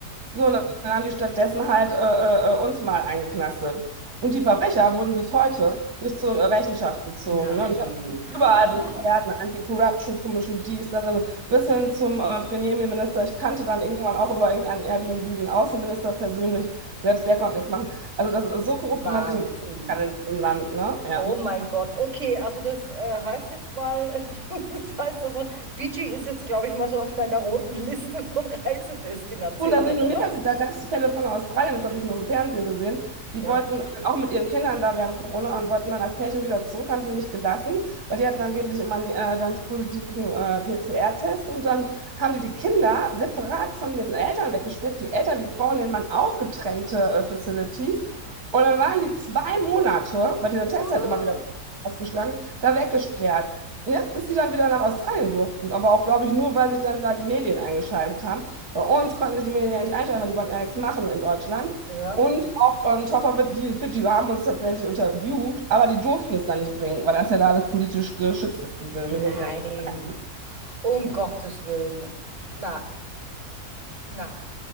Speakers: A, on the right (about 70°); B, on the right (about 45°).
A: So, und dann haben die stattdessen halt äh, äh, äh, uns mal eingeknastet. Und die Verbrecher wurden bis heute nicht zur äh, Rechenschaft gezogen.
B: Nein.
A: Ne? Und ich habe mich
B: <gasps>
A: überall beschwert,
B: Ah,
A: eine Anti-Corruption Commission, dies, das, also bis hin zum äh, Premierminister. Ich kannte dann irgendwann auch über irgendeinen Airbnb den Außenminister persönlich. Selbst der konnte nichts machen. Also das ist so korrupt,
B: Wahnsinn.
A: wie man sich nicht denken kann in diesem Land. Ne? Ja.
B: Oh mein Gott, okay, also das äh, heißt jetzt mal, <laughs> das heißt also, Fidschi ist jetzt, glaube ich, mal so auf meiner roten Liste von Reisedestinationen,
A: Und das nicht nur
B: oder?
A: mir passiert, da gab es Fälle von Australien, das habe ich nur im Fernsehen gesehen. Die
B: Ja.
A: wollten auch mit ihren Kindern da während Corona und wollten dann als Pärchen wieder zurück, haben sie nicht gelassen, weil die hatten angeblich immer äh, dann positiven äh, PCR-Test und dann haben die die Kinder separat von den Eltern weggesperrt, die Eltern, die Frauen, den Mann auch getrennte äh, Facilities. Und dann waren die zwei Monate, weil dieser
B: <gasps>
A: Test hat immer wieder ausgeschlagen, hat, da weggesperrt. Ne? Bis die dann wieder nach Australien durften. Aber auch, glaube ich, nur, weil sich dann da die Medien eingeschaltet haben. Bei uns konnten sich die Millionäre nicht einschalten, weil die wollten ja nichts machen in Deutschland.
B: Oh, ja.
A: Und oft on top of it, die in Fidschi haben uns tatsächlich interviewt, aber die durften es dann nicht bringen, weil das ja da alles politisch geschützt ist, diese
B: Nein,
A: Medien sind ja nicht frei.
B: um
A: Ja.
B: Gottes Willen. Na, na.